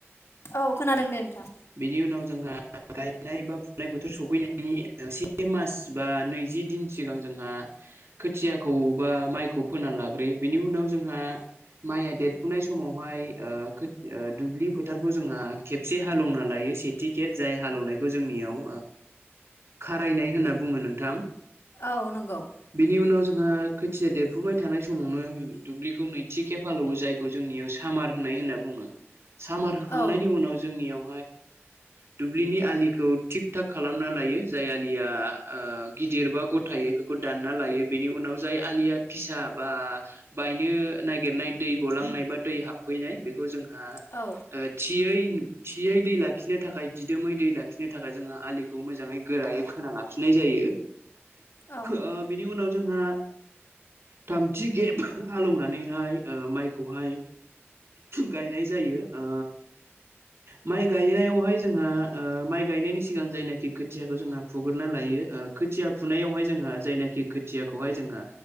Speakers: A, on the left; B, on the right.
A: औ खोनादोंदे नोंथां
B: बेनि उनाव जोंहा गायनाय बा फुनाय बोथोर सफैनायनि से मास बा नैजि दिन सिगां जोंहा खोथियाखौ बा माइखौ फोना लाग्रोयो बेनि उनाव जोंहा माइया देरफुनाय समावहाय दुब्लि फोथारखौ जोंहा खेबसे हालौवना लायो सेथि खेब जाय हालेवनायखौ जोंनियाव खारायनाय होनना बुङो नोंथां
A: औ नंगौ
B: बिनि उनाव जोंहा खोथिया देरफुबाय थानाय समावनो दुब्लिखौ नैथि खे फालौवो जायखौ जोंनियाव सामार होनाय होनना बुङो सामार होखांनायनि
A: औ
B: उनाव जोंनियाव ओ दुब्लिनि आखौ थि थ खालाम लायो जाय आलिया गिदिर बा गथायै बेखौ दानना लायो बेनि उनाव जाय आलिया फिसा बा बायनो नागिरनाय दै गलांनाय बा दै हाबफैनाय बेखौ जोंहा
A: औ
B: थियै थियै दै लाखिनो थाखाय दिदोमै दै लाखिनो थाखाय जोंहा आलिखौ मोजाङै गोरायै खोना लाफिननाय जायो
A: औ
B: ओ बिनि उनाव जोंहा थामथि गेब हालौवनानैहाय माइखौहाय गायनाय जायो ओ माइ गायनायावहाय जोंहा माइ गायनायनि सिगां जायनाखि खोथियाखौ जोंहा फुग्रना लायो खोथिया फुनायावहाय जोंहा जायनाखि खथियाखौ हाय जोंहा